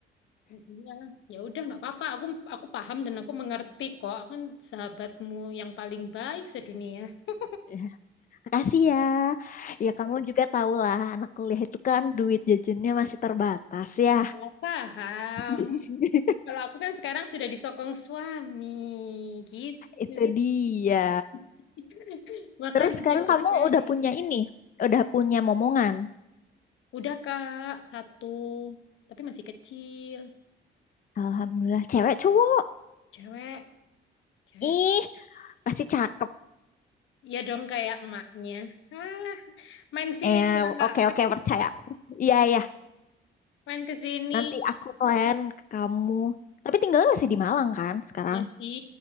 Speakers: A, on the left (about 80°); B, on the left (about 45°).
A: Iya, ya udah nggak apa-apa. Aku aku paham dan aku mengerti kok. Aku kan sahabatmu yang paling baik sedunia. <laughs>
B: Ya, Makasih ya. Ya kamu juga tahu lah, anak kuliah itu kan duit jajannya masih terbatas
A: Ya,
B: ya.
A: paham.
B: <laughs>
A: Kalau aku kan sekarang sudah disokong suami gitu.
B: Itu dia.
A: <laughs> Makanya
B: Terus sekarang
A: dia
B: kamu
A: cari.
B: udah punya ini, udah punya momongan.
A: Udah Kak, satu. Tapi masih kecil.
B: Alhamdulillah, cewek cowok.
A: Cewek, cewek.
B: Ih, pasti cakep.
A: Ya dong kayak emaknya. Ah, main sini
B: Eh,
A: Kak.
B: oke oke percaya. Iya iya,
A: Main ke sini.
B: nanti aku plan ke kamu. Tapi tinggalnya masih di Malang kan sekarang?
A: Masih.